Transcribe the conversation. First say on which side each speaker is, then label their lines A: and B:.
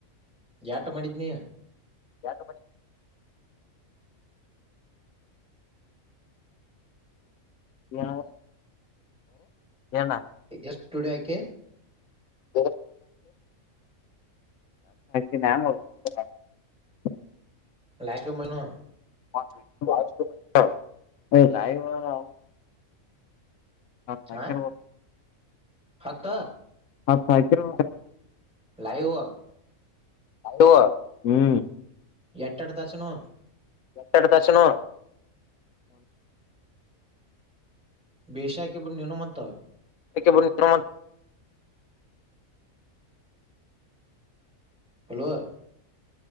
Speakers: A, in the centre; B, on the left.
A: ಯಾಟ ಮಾಡಿದ್ನಿ
B: ಎಡು ಮ ಯ ಏನ
A: ಎಷ್ಟ ಜಡೆ ಯಾಕೆ
B: ತ ನ <unintelligible>
A: ಲೈವ್ ಸ್ಟ್ರೀಮ್ ನು
B: ಲವ <inaudible> ಹತ
A: ಹ
B: ಕೆ <inaudible>
A: ಹತ್ತ
B: ಸಹ <inaudible>
A: ಲೈವ
B: ಯ ಹ್ಮ್
A: ಎಟ್ಟಡತಾಚನ
B: ಎತ್ತಡ ದರ್ಶನ
A: ವೈಶ್ಯ ಬ ನೀನು ಮತ್ತ
B: ವ ನಿ್ರಮ <inaudible>
A: ಬಲುವ